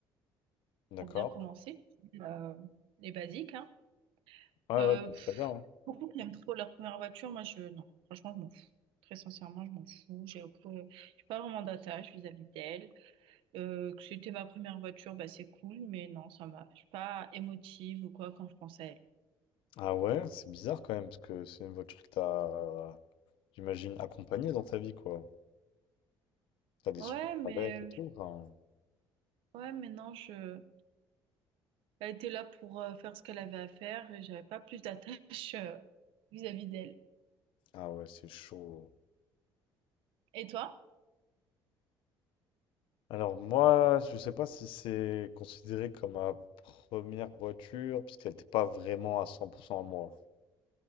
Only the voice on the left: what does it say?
d'accord.
Ouais,
ouais, c'est
très bien. hein.
Ah ouais, c'est bizarre quand même, parce que c'est une voiture que t'as, j'imagine, accompagnée dans ta vie, quoi. T'as des
souvenirs
avec et tout. enfin.
Ah ouais, c'est chaud.
Alors moi, je sais pas si c'est considéré comme ma première voiture, puisqu'elle n'était pas vraiment à 100% à moi.